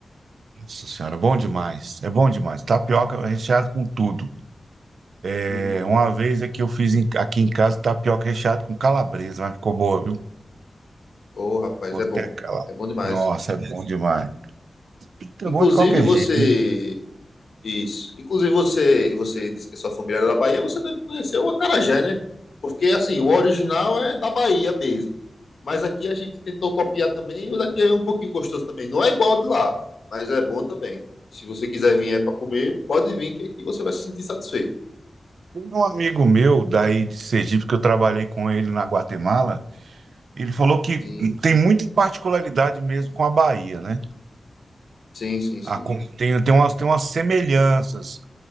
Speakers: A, on the right (about 80°); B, on the left (about 70°).
A: Nossa senhora, bom demais. É bom demais. Tapioca
B: Sim,
A: recheado
B: sim.
A: com tudo. É,
B: Com tudo.
A: uma vez é que eu fiz em- aqui em casa tapioca recheado com calabresa, mas ficou boa, viu?
B: Ô, rapaz,
A: Cortei
B: é bom.
A: aquela.
B: É bom demais.
A: Nossa, é bom demais. Fica
B: Inclusive
A: bom de qualquer
B: você.
A: jeito. né?
B: Isso. Inclusive você, você disse que é sua família era da Bahia, você deve conhecer o acarajé, né? Porque assim, o original é da Bahia mesmo. Mas aqui a gente tentou copiar também, e o daqui é um pouquinho gostoso também. Não é igual ao de lá, mas é bom também. Se você quiser vir é para comer, pode vir que aqui você vai se sentir satisfeito.
A: Tem um amigo meu daí de Sergipe que eu trabalhei com ele na Guatemala. Ele falou que
B: Sim,
A: tem muita particularidade mesmo com a Bahia, né?
B: sim, sim, sim.
A: A, com- tem, tem umas, tem umas semelhanças.